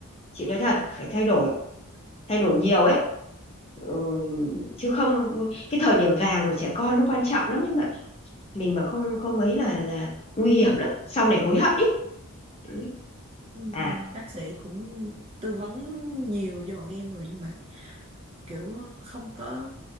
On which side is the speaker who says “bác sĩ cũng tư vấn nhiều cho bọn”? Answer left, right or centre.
Right